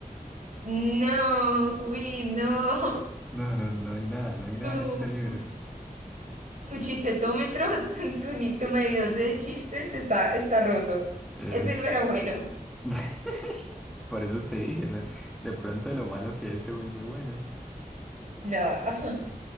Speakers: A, on the right; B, in the centre.
A: No, Juli, no.
B: No, no, no hay nada, no hay nada
A: Tu,
B: en este libro.
A: tu chistetómetro, <laughs> tu, tu, ni- tu medidor de chistes está, está roto.
B: Eh,
A: Ese no era bueno.
B: <laughs> Por eso te dije, ¿no? De pronto lo malo que es se vuelve bueno.
A: No.